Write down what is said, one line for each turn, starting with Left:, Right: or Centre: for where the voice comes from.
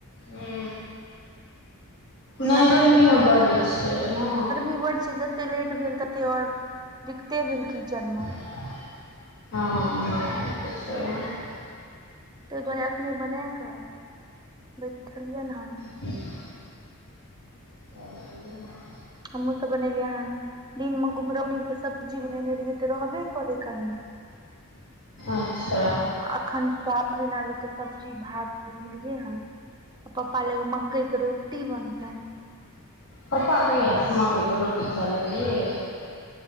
Left: ह
Right: तऽ
Left: नहि
Right: बना
Left: गर्मियो बड छै ओ ने
Right: निब छै जे तते लेट भेल तते आऔर दिक्कते भेलकिचन मे
Left: हँ ह
Right: ताहि दुआरे अखनी बना कऽ बैठलियै हन
Left: एक <inaudible> आओल
Right: हमहूँ सब बनेलियै हन दिन मे कुमहरौरी के सब्जी बनेने रहिय तऽ रहबे करे कनी
Left: अच्छा
Right: अखन स्वास ओहिना आलूके सब्जी भात बनेलियै हन पपा ल एगो मकईक रोटी बनतैन
Left: पापा किया मकई के रोटी खायए लगलखीन